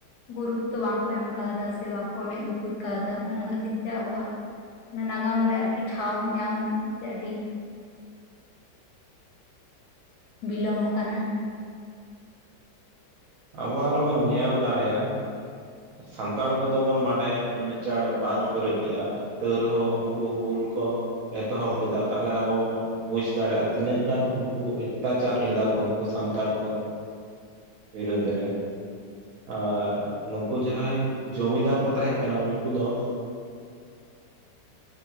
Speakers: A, on the left; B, on the right.
A: ᱜᱩᱨᱩᱛᱛᱚ ᱵᱟᱝᱠᱚ ᱮᱢ ᱠᱟᱣᱫᱟ ᱥᱮ ᱵᱟᱠᱚ ᱢᱮᱸᱫ ᱞᱩᱛᱩᱨ ᱠᱟᱣᱫᱟ ᱚᱱᱟ ᱠᱷᱟᱹᱛᱤᱨ ᱛᱮ ᱟᱵᱚᱣᱟᱜ ᱚᱱᱟ ᱱᱟᱜᱟᱢ ᱨᱮ ᱟᱨᱠᱤ ᱴᱷᱟᱶ ᱧᱟᱢ ᱛᱮ ᱟᱹᱰᱤ ᱵᱤᱞᱚᱢ ᱟᱠᱟᱱᱟ᱾
B: ᱟᱵᱚ ᱟᱨᱚᱵᱚᱱ ᱧᱮᱞ ᱫᱟᱲᱮᱜ-ᱟ ᱥᱟᱱᱛᱟᱲ ᱠᱚᱫᱚ ᱵᱚᱱ ᱵᱟᱰᱟᱭᱟ ᱩᱱᱟᱹᱜ ᱪᱟᱬ ᱵᱟᱝᱠᱚ ᱨᱟᱹᱜᱤᱜ-ᱟ᱾ ᱛᱟᱹᱣ ᱨᱮᱦᱚᱸ ᱩᱝᱠᱩ ᱦᱩᱞ ᱠᱚ ᱮᱛᱚᱦᱚᱵ ᱞᱮᱫᱟ ᱛᱟᱦᱟᱞᱮ ᱟᱵᱚ ᱵᱚᱱ ᱵᱩᱡ ᱫᱟᱲᱮᱜ-ᱟ ᱛᱤᱱᱟᱹᱜ ᱜᱟᱱ ᱩᱝᱠᱩ ᱚᱛᱛᱟᱪᱟᱨ ᱞᱮᱫᱟ ᱠᱚ ᱩᱱᱠᱩ ᱥᱟᱱᱛᱟᱲ ᱠᱚ ᱵᱤᱨᱩᱫᱽ ᱨᱮ᱾ ᱟᱨ ᱱᱩᱠᱩ ᱡᱟᱦᱟᱸᱭ ᱡᱚᱢᱤᱫᱟᱨ ᱠᱚ ᱛᱟᱦᱮᱸᱜ ᱠᱟᱱᱟ ᱩᱱᱠᱩ ᱫᱚ